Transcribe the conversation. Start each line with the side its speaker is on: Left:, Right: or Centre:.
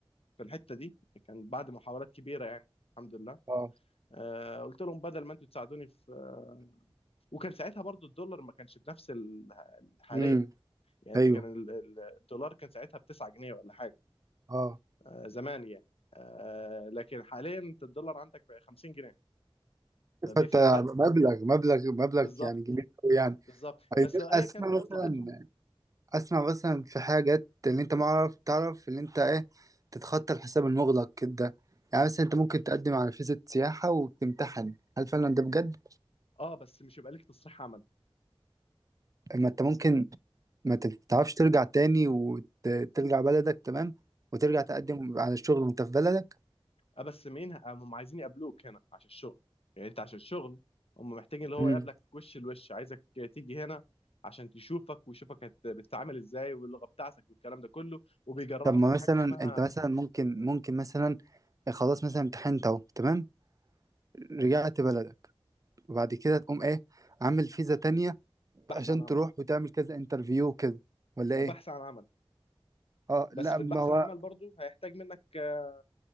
Left: في الحته دي كان بعد محاولات كبيره يعني الحمد لله
Right: آه
Left: آه، قلت لهم بدل ما انتوا تساعدوني في آه، وكان ساعتها برضو الدولار ما كانش بنفس ال- حاليا
Right: امم
Left: يعني
Right: أيوه
Left: انت كان ال- ال- الدولار كان ساعتها ب 9 جنيه ولا حاجه
Right: آه
Left: آه، زمان يعني آه، لكن حاليا انت الدولار عندك بقى 50 جنيه فبيفرق
Right: فأنت
Left: فرق
Right: مبلغ مبلغ مبلغ
Left: بالظبط
Right: يعني كبير أوي يعني
Left: بالظبط بس هي
Right: أسمع
Left: كانت
Right: مثلا
Left: في مصلحتهم
Right: اسمع مثلا في حاجات اللي انت ما عارف تعرف اللي انت ايه تتخطى الحساب المغلق كده يعني مثلا انت ممكن تقدم على فيزا سياحة وتمتحن هل فعلا ده بجد
Left: اه بس مش يبقى ليك تصريح عمل
Right: ما انت ممكن ما تعرفش ترجع تاني وترجع بلدك تمام وترجع تقدم على الشغل وانت في بلدك
Left: اه بس مين ه- هم عايزين يقابلوك هنا عشان الشغل يعني انت عشان الشغل هم محتاجين اللي هو
Right: مم.
Left: يقابلك وش لوش عايزك تيجي هنا عشان تشوفك ويشوفك هت- بتتعامل ازاي واللغة بتاعتك والكلام ده كله وبيجربك
Right: طب ما
Left: في
Right: مثلا
Left: حاجة اسمها
Right: انت مثلا ممكن ممكن مثلا خلاص مثلا امتحنت اهو تمام رجعت بلدك وبعد كده تقوم ايه عامل فيزا تانية
Left: بحث
Right: عشان
Left: عن عمل
Right: تروح وتعمل كذا انترفيو كده ولا
Left: آه،
Right: ايه
Left: بحث عن عمل
Right: اه
Left: بس
Right: لا
Left: في
Right: ما
Left: البحث
Right: هو
Left: عن عمل برضو هيحتاج منك آه،